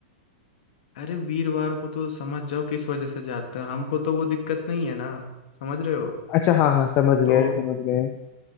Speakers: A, on the left; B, on the left.
A: अरे वीरवार को तो समझ जाओ किस वजह से जाते हैं हमको तो वो दिक्कत नहीं है ना समझ रहे हो
B: अच्छा हाँ हाँ समझ गए
A: तो
B: समझ गए